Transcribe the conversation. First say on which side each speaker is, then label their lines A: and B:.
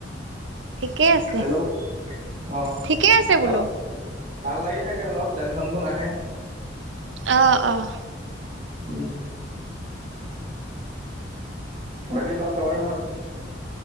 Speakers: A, on the right; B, on the right.
A: ঠিকে আছে
B: হেল্ল' অ'অ'
A: ঠিকে আছে
B: অলপ
A: বোলো
B: ভাল লাগি থাকে অলপ, টেনচন বোৰ নাহে।
A: অঁ অঁ
B: ও' বাকী ঘৰত চবৰে ভাল?